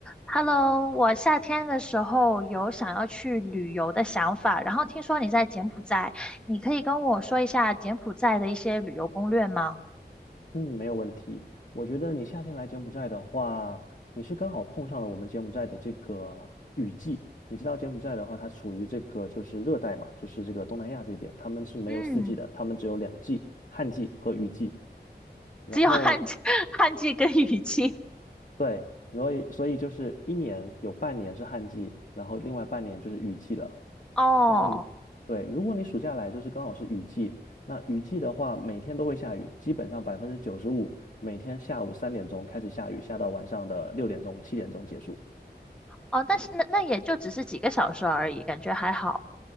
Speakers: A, in the centre; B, on the left.
A: Hello，我夏天的时候有想要去旅游的想法，然后听说你在柬埔寨，你可以跟我说一下柬埔寨的一些旅游攻略吗？
B: 嗯，没有问题。我觉得你夏天来柬埔寨的话，你是刚好碰上了我们柬埔寨的这个雨季。你知道柬埔寨的话，它处于这个就是热带嘛，就是这个东南亚这边，他们是没有四季的，
A: 嗯，
B: 他们只有两季，旱季和雨季。然后
A: 只有旱季、<laughs> 旱季跟雨季。
B: 对，所以所以就是一年有半年是旱季，然后另外半年就是雨季了。
A: 哦
B: 然后你，对，如果你暑假来就是刚好是雨季，那雨季的话每天都会下雨，基本上百分之九十五每天下午三点钟开始下雨，下到晚上的六点钟、七点钟结束。
A: 哦，但是那那也就只是几个小时而已，感觉还好。